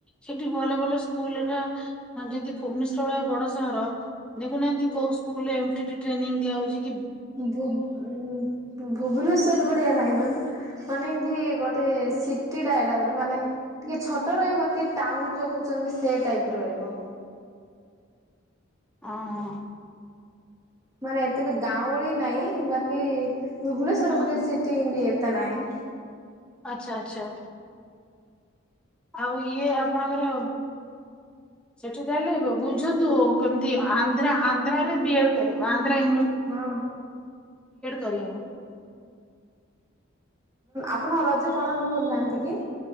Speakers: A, in the centre; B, on the right.
A: ସେଠି ଭଲ ଭଲ ସ୍କୁଲା ଯଦି ଭୁବନେଶ୍ଵର ଭଳିଆ ବଡ ସହର ଦେଖୁନାହାନ୍ତି କୋଉ ସ୍କୁଲରେ ଟ୍ରେନିଂ ଦିଆ ହଉଛି।
B: ଭୁ ଭୁବନେଶ୍ୱର ଭଆ ନାହିଁ ମ୍ୟାମ। ମାନେ ଏମତି ଗୋଟେ ସିଟିଟା ଏଇଟା ଗୋଟେ ମାନେ ଟିକେ ଛୋଟ ରହିବା କେ ଟାଉନ ଯୋଉ କହୁଛନ୍ତି ସେ ଟାଇପର ରହିବ।
A: ହଁ ହଁ।
B: ମାନେ ଏତେ ବି ଗାଉଁଳି ନାଇଁ ବା କି ଭୁବନେଶ୍ୱର
A: ହୁଁ
B: ବ ସିଟି ଇ ତ ନାହିଁ
A: ଆଚ୍ଛା ଆଚ୍ଛା। ଆଉ ଇଏ ଆପଣଙ୍କର ସେଠି ତାହଲେ ବୁଝନ୍ତୁ କେମିତି ଆନ୍ଧ୍ରା ଆନ୍ଧ୍ରରେ ବି ଏଡ କର ଆନ୍ଧ୍ର
B: ହଁ
A: କର। ହ
B: ଆପଣଉ ରଜ ପାଳନ କରୁନାହାନ୍ତି କି?